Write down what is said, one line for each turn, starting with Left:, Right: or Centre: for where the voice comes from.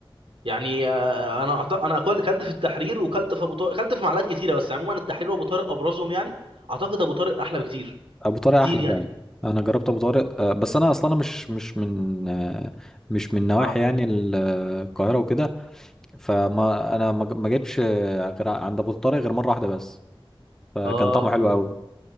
Right: يعني آه، انا أعت- انا اكلت اكلت في التحرير وكلت في ابو طارق اكلت في محلات كتيره بس عموما التحرير وابو طارق ابرزهم يعني اعتقد ابو طارق احلى بكتير
Centre: ابو طارق احلى
Right: كتير يعني
Centre: فعلا انا جربت ابو طارق آه، بس انا اصلا أنا مش مش من آه، مش من نواحي
Right: اه
Centre: يعني ال- آه، القاهره وكده فما انا ما ما جيتش آه، غير عند ابو طارق غير مره واحده بس فكان
Right: اه
Centre: طعمه حلو قوي